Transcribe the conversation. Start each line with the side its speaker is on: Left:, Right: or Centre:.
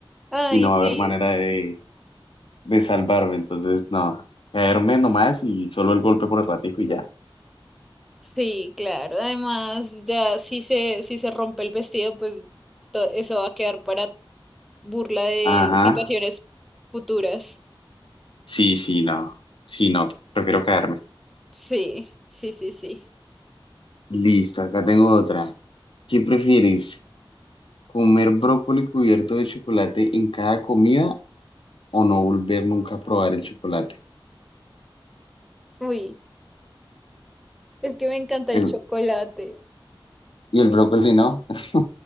Centre: Ay,
Left: y no va
Centre: sí,
Left: a haber manera de, de salvarme. Entonces, no, caerme nomás y solo el golpe por el ratico y ya.
Centre: sí, claro. Además, ya si se, si se rompe el vestido, pues to- eso va a quedar para burla de
Left: Ajá,
Centre: situaciones futuras.
Left: sí, sí, no, sí, no, prefiero caerme.
Centre: Sí, sí, sí, sí.
Left: Listo, acá tengo otra. ¿Qué prefieres? ¿Comer brócoli cubierto de chocolate en cada comida o no volver nunca a probar el chocolate?
Centre: Uy, es que me encanta el
Left: Eh,
Centre: chocolate.
Left: Y el brócoli, ¿no? <laughs>